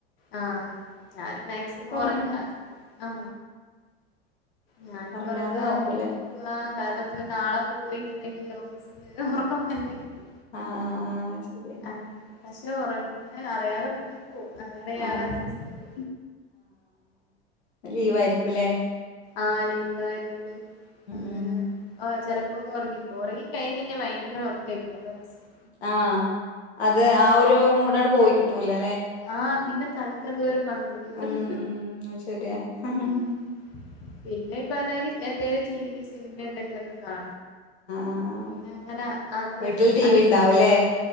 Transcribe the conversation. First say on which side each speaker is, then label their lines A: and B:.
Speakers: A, on the left; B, on the left.
A: ആ ഞാനും മാക്സിമം
B: ഒറങ്ങി
A: ഒറങ്ങാ <unintelligible> ആ ഞാനും
B: ഉറങ്ങാതെ
A: ഒറങ്ങാതെ
B: നോക്കൂലേ
A: നിക്ക കാരണം പ്പൊ നാളെ പ്പം പോയിട്ടുണ്ടെങ്കില് <unintelligible> ഒറക്കം വരു <unintelligible>
B: ആ ആ ആ ശരിയാ
A: ആ പക്ഷേ ഒറങ്ങി അറിയാതെ ഒർങ്ങി പോവും അതാണ് ഞായറാഴ്ച
B: ആ
A: സ്തത്
B: ലീവായിരികുല്ലേ
A: ആ ലീവായതോണ്ട് അങ്ങനെ
B: ഉം
A: ആ ചെ പ്പൊ ഓർങ്ങി പോവും ഓർങ്ങി കഴിഞ്ഞഴഞ്ഞാ ഭയങ്കര ഓർക്കായി പോവും അതാ പ്രശ്‌നം
B: ആ അത് ആ ഒരു മൂടാണ്ട് പോയി കിട്ടൂലെ
A: ആ പിന്നെ തലക്കെന്തോര് മന്തത്‌പോലെ
B: ഉം ഉം അത് ശരിയാ ആഹ്
A: ഉം പിന്നെ ഇപർഞ്ഞായിരി എന്താലും ടി വി സിനിമ എന്തെങ്കിലൊക്കെ കാ
B: ആഹ് ആഹ്
A: പിന്നെ അങ്ങനെ അത്
B: വീട്ടിൽ ടി
A: അയില്ല
B: വി ഉണ്ടാവുംല്ലേ